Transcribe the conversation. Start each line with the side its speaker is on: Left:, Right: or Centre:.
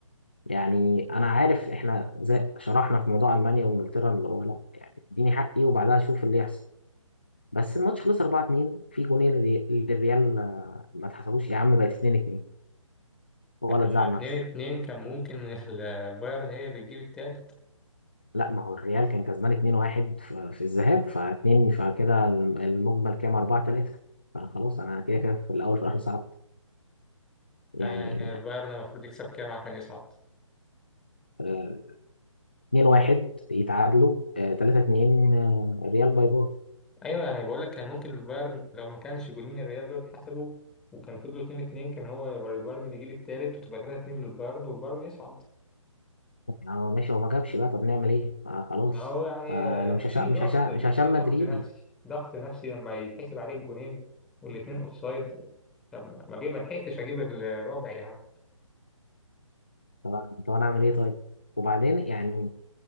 Left: يعني انا عارف احنا زي شرحنا في موضوع المانيا وانجلترا اللي هو لا اديني حقي وبعدها شوف اللي يحصل بس الماتش خلص 4-2 في جونين للري- للريال آه، ما اتحسبوش يا عم بقت 2-2 ولا
Centre: طب
Left: تزعل
Centre: هما اتنين
Left: نفسك
Centre: اتنين كان ممكن <laughs> البايرن هي اللي تجيب التالت
Left: لا ما هو الريال كان كسبان 2-1 في في الذهاب ف2 فكده الم- المجمل كام 4-3 فخلاص انا كده كده في الاول في الاخر صعدت يعني
Centre: آه يعني كان البايرن المفروض يكسب كام عشان يصعد
Left: آه، 2-1 يتعادلوا آه، 3-2 آه، الريال باي باي
Centre: أيوة يعني بقول لك كان ممكن البايرن لو ما كانش جولين الريال دول اتحسبوا وكان فضلوا اتنين اتنين كان هو البايرن اللي يجيب التالت وتبقى تلاتة اتنين للبايرن والبايرن يصعد
Left: آه، ماشي هو ما جابش بقى طب نعمل ايه آه، خلاص
Centre: ما هو يعني
Left: آه، انا
Centre: آه،
Left: مش هشام
Centre: في ضغط
Left: مش هشام مش هشام
Centre: في ضغط
Left: مدريدي
Centre: نفسي ضغط نفسي لما يتحسب عليك جونين والاتنين اوفسايد طب ما ما جي- ما لحقتش اجيب الرابع يعني
Left: طب أنا- طب انا اعمل ايه طيب وبعدين يعني